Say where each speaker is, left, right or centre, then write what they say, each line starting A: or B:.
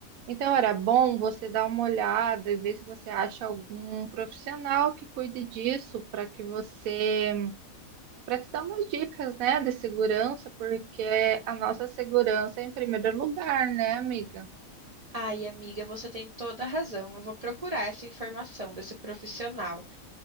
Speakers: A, on the right; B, on the right.
A: Então, era bom você dar uma olhada e ver se você acha algum profissional que cuide disso para que você, para te dar umas dicas, né, de segurança, porque a nossa segurança é em primeiro lugar, né, amiga?
B: Ai, amiga, você tem toda a razão. Eu vou procurar essa informação desse profissional.